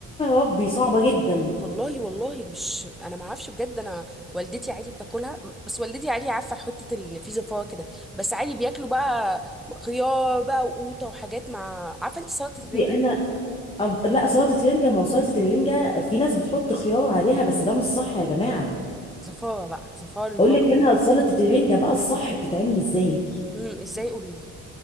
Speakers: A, on the left (about 20°); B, in the centre.
A: ربي صعبه جدا
B: والله والله مش انا ما اعرفش بجد انا والدتي عادي بتاكلها بس والدتي عادي عارفه حته ان في زفاره كده بس عادي بياكلوا بقى خيار بقى وقوطه وحاجات مع عارفه انت سلطه
A: بصي
B: الرنجه
A: انا أب... لا سلطه رنجه ما هو سلطه الرنجه في ناس بتحط خيار عليها بس ده مش صح يا جماعه
B: زفاره بقى زفاره للوكم
A: اقول لك انا سلطه الرنجه بقى الصح بتتعمل ازاي
B: امم ازاي قولي لي